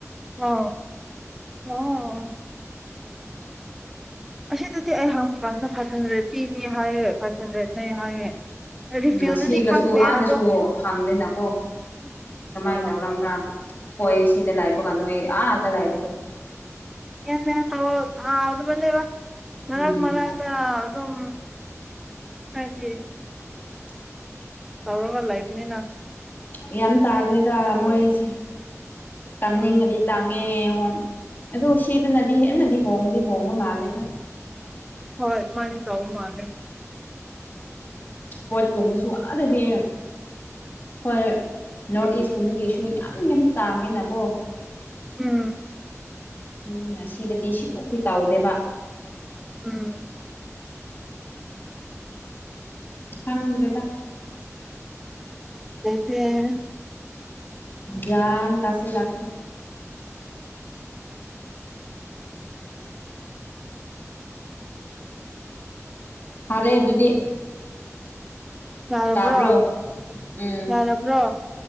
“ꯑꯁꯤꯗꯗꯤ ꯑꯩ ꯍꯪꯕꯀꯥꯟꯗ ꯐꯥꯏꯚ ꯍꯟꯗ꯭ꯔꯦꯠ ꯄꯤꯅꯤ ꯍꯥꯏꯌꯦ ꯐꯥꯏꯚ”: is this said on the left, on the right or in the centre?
Centre